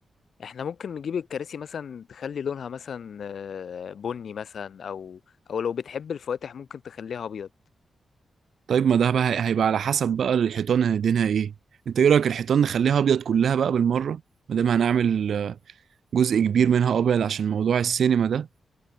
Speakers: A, on the left; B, on the right.
A: احنا ممكن نجيب الكراسي مثلا تخلي لونها مثلا آه، بني مثلا او او لو بتحب الفواتح ممكن تخليها ابيض
B: طيب ما ده بقى هي- هيبقى على حسب بقى الحيطان هندينها ايه انت ايه رايك الحيطان نخليها ابيض كلها بقى بالمره ما دام هنعمل آه، جزء كبير منها ابيض عشان موضوع السينما ده